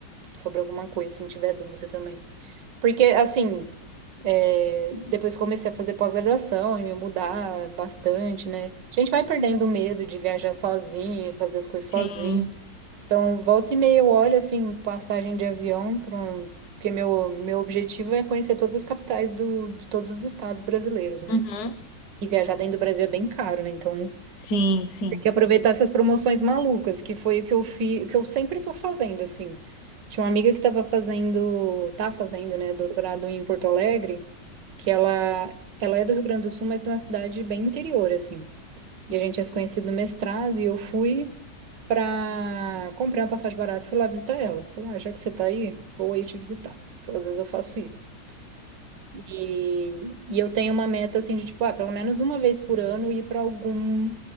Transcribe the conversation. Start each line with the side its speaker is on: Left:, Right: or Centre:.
Right: sobre alguma coisa, se tiver dúvida também. Porque, assim, é, depois que comecei a fazer pós-graduação e me mudar bastante, né, a gente vai perdendo o medo de viajar sozinho, fazer as coisas
Left: Sim,
Right: sozinho. Então, volta e meia eu olho, assim, passagem de avião, pra um- porque meu, meu objetivo é conhecer todas as capitais do, de todos os estados brasileiros, né?
Left: uhum.
Right: E viajar dentro do Brasil é bem caro, né? Então,
Left: Sim, sim.
Right: tem que aproveitar essas promoções malucas, que foi o que eu fiz, o que eu sempre tô fazendo, assim. Tinha uma amiga que tava fazendo, tá fazendo, né, doutorado em Porto Alegre, que ela, ela é do Rio Grande do Sul, mas de uma cidade bem interior, assim. E a gente tinha se conhecido no mestrado, e eu fui pra comprar uma passagem barata, fui lá visitar ela. Falei, ah, já que você tá aí, vou aí te visitar. Então, às vezes eu faço isso. E, e eu tenho uma meta assim de tipo, ah, pelo menos uma vez por ano ir para algum